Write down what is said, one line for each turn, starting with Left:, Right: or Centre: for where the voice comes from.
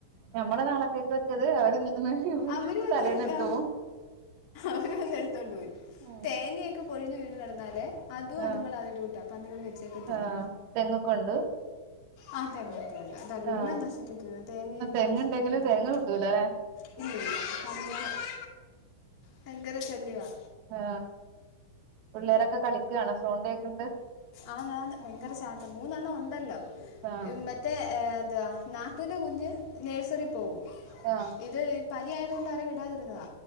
Right: ഞമ്മള നാളത്തേക്ക് വെച്ചത് അവര് <unintelligible>
Left: അവർ വന്ന്
Right: തലേന്ന് എടുത്തു
Left: ആ,
Right: പോവും
Left: അവര് വന്ന് എടുത്തോണ്ട് പോയി
Right: ഉം
Left: തേങ്ങയൊക്കെ പൊഴിഞ്ഞു വീണ് കിടന്നാലേ അതും അതുങ്ങളതിന്റെ
Right: ആഹ്
Left: കൂട്ടാ അപ്പങ്ങൾ വെച്ചേക്കത്തില്ല
Right: ആഹ് തെങ്ങൊക്കെ ഉണ്ട്
Left: ആ തന്നെ അതെല്ലാം
Right: ആഹ്
Left: നശിപ്പിക്കുന്നത് തേങ്ങയെല്ലാം
Right: തെങ്ങുണ്ടെങ്കില്
Left: നശിപ്പിക്കുന്നത്
Right: തേങ്ങ കിട്ടൂല അല്ലെ
Left: <unintelligible> ഭയങ്കര ശല്യമാ
Right: ആ പിള്ളേരൊക്കെ കളിക്കാണോ സോണ്ടൊക്കെണ്ട്
Left: ആ ഞാൻ ഭയങ്കര ചാട്ടം മൂന്നെണ്ണം ഉണ്ടല്ലോ
Right: ആഹ്
Left: മറ്റേ എന്തുവാ നാത്തൂൻ്റെ കുഞ്ഞ് നേഴ്സറി പോകും
Right: ആ
Left: ഇത് പനിയായത കൊണ്ട അവര വിടാതിരുന്നതാ